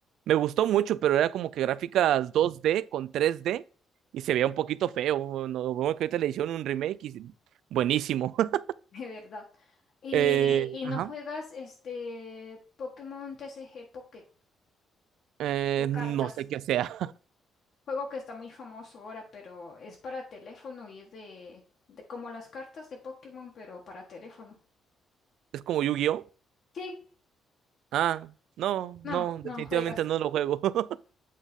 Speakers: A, on the right; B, on the left.
A: Me gustó mucho, pero era como que gráficas dos d con tres d y se veía un poquito feo. No, bueno, que ahorita le hicieron un remake y buenísimo. <laughs>
B: <laughs> De verdad. ¿Y,
A: Eh,
B: y
A: ajá.
B: no juegas este Pokémon TCG Pocket
A: Eh,
B: de cartas?
A: no sé qué sea.
B: Juego que está muy famoso ahora, pero es para teléfono y es de, de como las cartas de Pokémon, pero para teléfono.
A: Es como Yu-Gi-Oh.
B: Sí,
A: Ah, no,
B: no,
A: no,
B: no
A: definitivamente
B: juegas.
A: no lo juego. <laughs>